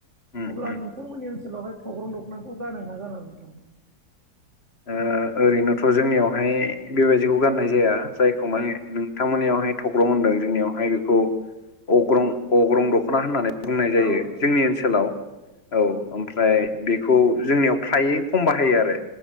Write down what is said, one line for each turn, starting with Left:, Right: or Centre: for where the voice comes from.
Left: उम उम
Right: अब्ला नों थांमोननि ओनसोलावहाय थख्रं दखनाखौ गानो ना गाना नोंथां?
Left: ओ ओरैनोथ' जोंनियावहाय बेबायदिखौ गाननाय जाया जायखौ माने नोंथांमोननियावहाय थग्रं होनदों जोंनियावहाय बेखौ अग्रं अग्रं दखना होननानै बुंनाय जायो
Right: औ
Left: जोंनि ओनसोलाव औ ओमफ्राय बेखौ जोंनियाव फ्रायै खम बाहायो आरो।